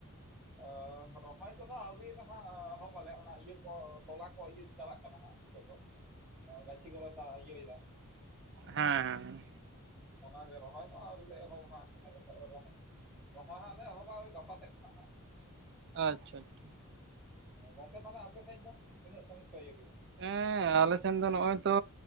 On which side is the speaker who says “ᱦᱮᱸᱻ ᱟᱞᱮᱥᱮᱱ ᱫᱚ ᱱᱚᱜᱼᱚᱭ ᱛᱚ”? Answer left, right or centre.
Right